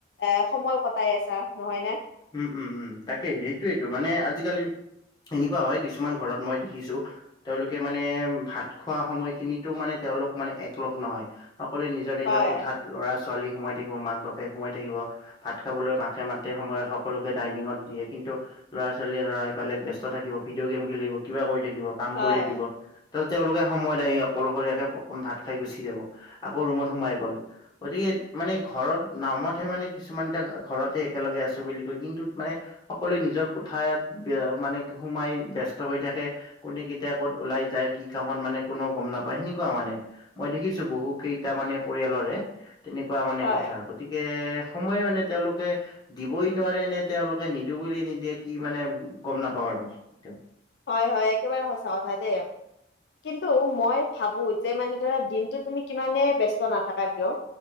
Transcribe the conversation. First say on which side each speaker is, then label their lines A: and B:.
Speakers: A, on the left; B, on the left.
A: এ সময় কটাই আছা নহয় নে
B: উম উম উম তাকেই সেইটোয়েইটো মানে আজিকালি এনেকুৱা হয় কিছুমান ঘৰত মই দেখিছো তেওঁলোকে মানে ভাত খোৱা সময়খিনিতো মানে তেওঁলোক মানে একলগ নহয় সকলোৱে নিজৰ নিজৰ
A: হয়
B: কোঠাত ল'ৰা ছোৱালী সোমাই থাকিব মাক বাপেক সোমাই থাকিব ভাত খাবলৈ মাকে মাতে সময়ত সকলোকে ডাইনিঙত দিয়ে কিন্তু ল'ৰা ছোৱালীয়ে ধৰা ইফালে ব্যস্ত থাকিব ভিডিঅ' গেম খেলি থাকিব কিবা কৰি থাকিব কাম
A: হয়
B: কৰি থাকিব তাতে তেওঁলোকে সময়ত আহি অকলশৰীয়াকে অকণ ভাত খাই গুচি যাব আকৌ ৰুমত সোমাই গ'ল গতিকে মানে ঘৰত নামতহে মানে কিছুমান টা ঘৰতে একেলগে আছো বুলি কৈ কিন্তুত মানে সকলোৱে নিজৰ কোঠাত মানে সোমাই ব্যস্ত হৈ থাকে কোনে কেতিয়া কত ওলাই যায় কি কামত মানে কোনৌও গম নাপায় সেনেকুৱা মানে মই দেখিছো বহু কেইটা মানে পৰিয়ালৰে তেনেকুৱা মানে
A: হয়
B: কথা গতিকে সময় মানে তেওঁলোকে দিবই। নোৱাৰে নে তেওঁলোকে নিদো বুলি নিদিয়ে কি মানে গম নাপাওঁ আৰু। এইটো
A: হয় হয় একেবাৰে সঁচা কথা দে। কিন্তু মই ভাবো যে মানে ধৰা দিনটো তুমি কিমানে ব্যস্ত নাথাকা কিয়